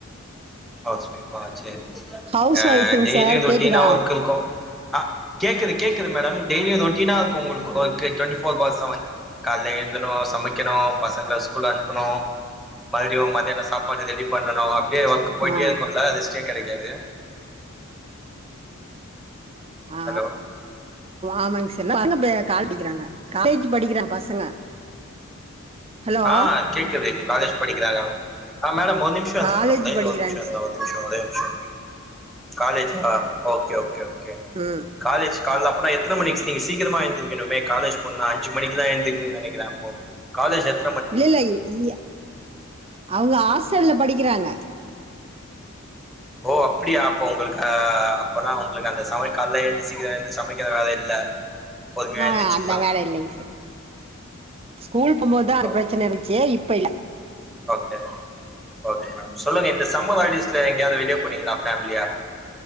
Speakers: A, in the centre; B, on the right.
A: ஹவுஸ் வொய்ஃபா சேரி
B: ஹவுஸ்
A: ஆ
B: ஒய்ஃபுங்
A: டெய்லி
B: சார்
A: ரொட்டீனா
B: கேக்குதா
A: ஒர்க் இருக்கோ ஆ கேக்குது கேக்குது மேடம் டெய்லியு ரொட்டீனா இருக்கோ உங்குளுக்கு ஒர்க்கு ட்வன்ட்டி ஃபோர் பார் செவன் கால்லே எழுந்துனு சமைக்கனோ பசங்கள ஸ்கூல் அனுப்பணோ மறுபடியு மத்தியானோ சாப்பாடு ரெடி பண்ணனோ அப்டியே ஒர்க் போயிட்டே
B: ஆ
A: இருக்கோல ரெஸ்டே கெடைக்காது
B: ஆ
A: ஹலோ
B: ஆமாங்க சார் எல்லா பசங்க இப்ப படிக்கிறாங்க காலேஜு படிக்கிறாங்க பசங்க ஹலோ
A: ஆ கேக்குது காலேஜ் படிக்கிறாங்க ஆ மேடம் ஒரு நிம்ஷோ இருங்க
B: காலேஜ்
A: மேடம் லயன்ல
B: படிக்கிறாங்க
A: ஒரு நிம்ஷோ இருங்
B: சார்
A: ஒரே ஒரு நிமிஷோ காலேஜா ஓகே ஓகே ஓகே
B: ம்
A: காலேஜ் கால அப்டினா எத்தன மணிக்கு நீங்க சீக்கரமா எழுந்திருக்கணுமே காலேஜ் போனோனா அஞ்சு மணிக்கெல்லா எழுந்திருக்கனுமே நெனைக்கிற அப்போ காலேஜு எத்
B: இல்லல்ல இங்க அவுங்க ஹாஸ்டல்ல படிக்கிறாங்க
A: ஓ அப்புடியா அப்போ உங்குளுக்கு அப்பனா உங்குளுக்கு அந்த சமயல் கால எழுந்து சீக்கிரோ எழுந்து சமைக்கிற வேல இல்ல பொறுமையா
B: ஆ
A: ஏந்துச்சுக்கலா
B: அந்த வேல இல்லைங்க சார் ஸ்கூல் போம்போதுதா அது
A: ஓ
B: பிரச்சன இருந்துச்சே இப்ப இல்ல
A: ஓகே ஓகே மேடம் சொல்லுங்க இந்த சம்மர் ஹாலிடேஸ்ல எங்கயாது வெளியே போ றீங்களா ஃபேமிலியா